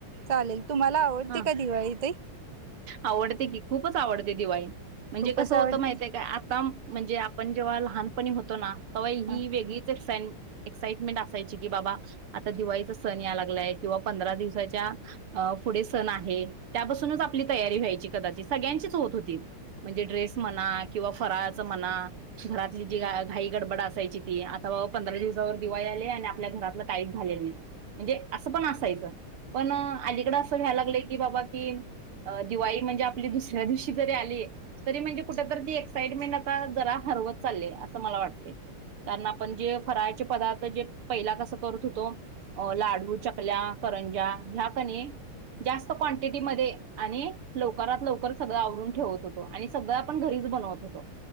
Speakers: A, on the right (about 30°); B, on the right (about 75°).
A: चालेल तुम्हाला आवडते
B: हा
A: काय दिवाळी ताई?
B: आवडते की खूपच आवडते दिवाळी म्हणजे
A: खूपच
B: कसं
A: आवडते
B: होतं माहित आहे का आ तम म्हणजे आपण जेव्हा लहानपणी होतो ना तेव्हा ही
A: हा
B: वेगळीच एक सन एक्साइटमेंट असायची कि बाबा आता दिवाळीचा सण या लागलाय किंवा पंधरा दिवसा त्या फूढे सण आहे त्यापासूनच आपली तयारी व्हायची कदाचित सगळ्यांचीच होत होती. म्हणजे ड्रेस म्हणा किंवा फराळाच म्हणा घरातली जी घाई गडबड असायची ती आता बाबा पंधरा दिवसावर दिवाळी आली आणि आपल्या घरातलं काहीच झालेलं नाही. म्हणजे असं पण असायचं पण अलीकडं असं व्याय लागलं की बाबा कि दिवाळी म्हणजे आपली दुसऱ्या दिवशी जरी आली तरी म्हणजे कुठं तरी ती एक्साइटमेंट आता जरा हरवत चालले असं मला वाटते. कारण आपण जे फराळचे पदार्थ जे पहिला कसं करत होतो अ लाडू चकल्या करंजा ह्या क नाही जास्त क्वांटिटी मध्ये आणि लवकरात लवकर सगळं आवरून ठेवत होतो, आणि सगळं आपण घरीच बनवत होतो,